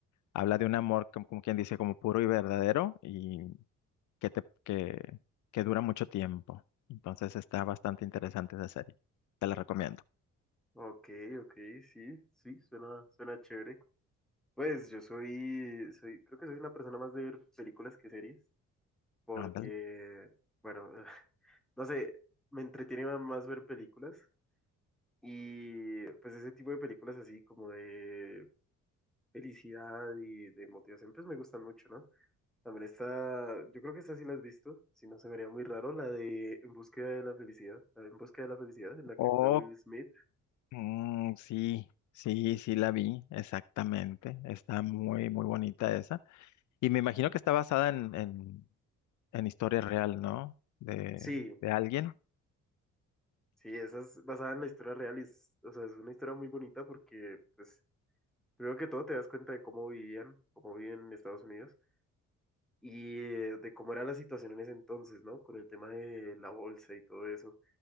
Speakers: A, on the left; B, in the centre.
A: habla de un amor, como, como quien dice, como puro y verdadero y que, te, que, que dura mucho tiempo. Entonces está bastante interesante esa serie. Te la recomiendo.
B: Ok, ok, sí, sí, suena, suena chévere. Pues yo soy, soy, creo que soy una persona más de ver películas que series, porque,
A: Ándale.
B: bueno, <laughs> no sé, me entretiene más ver películas y pues ese tipo de películas así como de felicidad y de motivación, pues me gustan mucho, ¿no? También está, yo creo que esta sí la has visto, si no se me haría muy raro, la de En búsqueda de la felicidad, la de En búsqueda de la felicidad, en la que
A: Oh,
B: actúa Will Smith.
A: mm, sí, sí, sí la vi, exactamente. Está muy, muy bonita esa. Y me imagino que está basada en, en en historia real, ¿no? De,
B: Sí,
A: de alguien.
B: sí, esa es basada en la historia real y es, o sea, es una historia muy bonita porque, pues, primero que todo te das cuenta de cómo vivían, cómo viven en Estados Unidos y eh, de cómo era la situación en ese entonces, ¿no? Con el tema de la bolsa y todo eso.